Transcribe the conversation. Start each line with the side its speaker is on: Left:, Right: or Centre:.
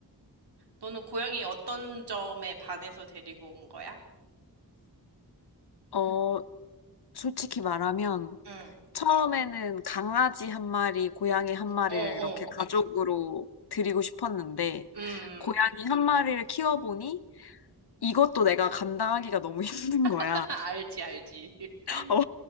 Right: 너는 고양이 어떤 점에 반해서 데리고 온 거야?
Left: 어, 솔직히 말하면,
Right: 응,
Left: 처음에는 강아지 한 마리, 고양이 한 마리를
Right: 어, 어,
Left: 이렇게 가족으로 드리고 싶었는데,
Right: 음.
Left: 고양이 한 마리를 키워보니 이것도 내가 감당하기가 너무 <laughs> 힘든 거야.
Right: <laughs> 알지, 알지. <laughs>
Left: 어,